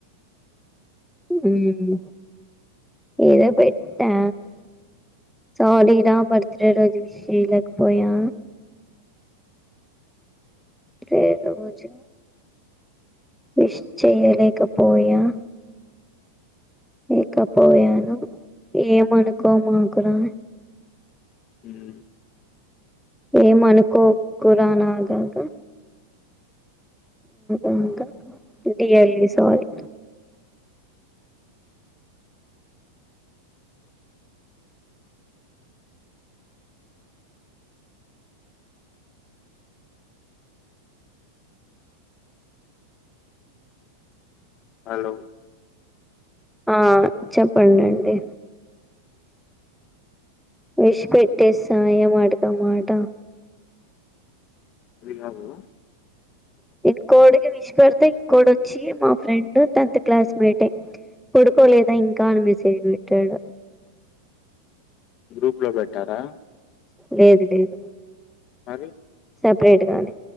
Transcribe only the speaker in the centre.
ఉమ్ ఏదో పెట్టా సారీ రా బర్త్ డే రోజు విష్ చేయలేక పోయా అదే రోజు విష్ చెయలేకపోయా ఇకాపోయను ఏం అనుకోమాకురా
ఏమ అనుకోకురానాగాగా అంటె ఎర్లీ సారీ
ఆ చెప్పండండి ఇష్ పెట్టేసా ఏ మాటకు అమాట.
ఇంకోడికి నిష్పడిత ఇంకోడు వచ్చి మా ఫ్రెండ్ టెన్త్ క్లాస్మేటె పడుకోలేదా ఇంకా అనిమెసెజ్ పెట్టాడు.
లేదు. లేదు.
సప్రేట్ గానె